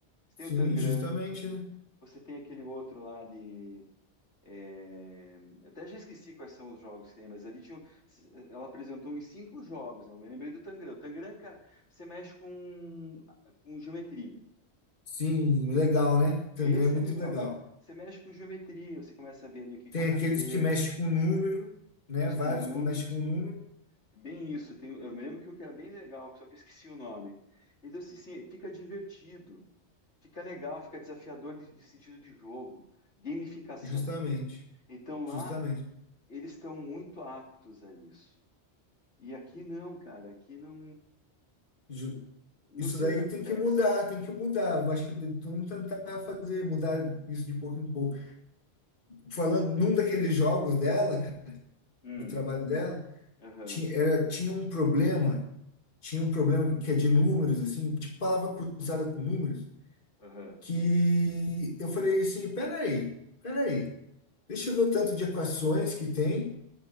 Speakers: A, on the left; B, on the left.
A: Você
B: sim,
A: tem o Tangram.
B: justamente, né?
A: Você tem aquele outro lá de. é, eu Até já esqueci quais são os jogos que tem, mas ali tinha. Ela apresentou uns cinco jogos. né? Eu me lembrei do Tangram. O Tangram, cara, você mexe com, com geometria.
B: Sim, legal, né? Tangram
A: Esse
B: é muito
A: é legal.
B: legal.
A: Você mexe com geometria, você começa a ver ali o que
B: Tem
A: que é um cateto,
B: aqueles que mexem com número, né?
A: tem os
B: Vários
A: que números.
B: que mexem com número,
A: Bem isso, tem, eu me lembro que um que era bem legal, só que eu esqueci o nome. Então, assim, assim, fica divertido, fica legal, fica desafiador de de sentido de jogo, gamificação.
B: justamente,
A: Então lá
B: justamente.
A: eles estão muito aptos a isso. E aqui não, cara, aqui não.
B: Ju-
A: Não
B: Isso
A: sei
B: daí
A: o que acontece.
B: tem que mudar, tem que mudar. Eu acho que de- vamos tentar fazer, mudar isso de pouco em pouco. Falando, num daqueles jogos dela, cara,
A: Hum,
B: do trabalho dela,
A: aham,
B: tinha, era, tinha um problema, tinha um problema que é de números, assim, tipo palavra cruzada com números,
A: aham,
B: que eu falei assim, peraí, peraí, deixa eu ver o tanto de equações que tem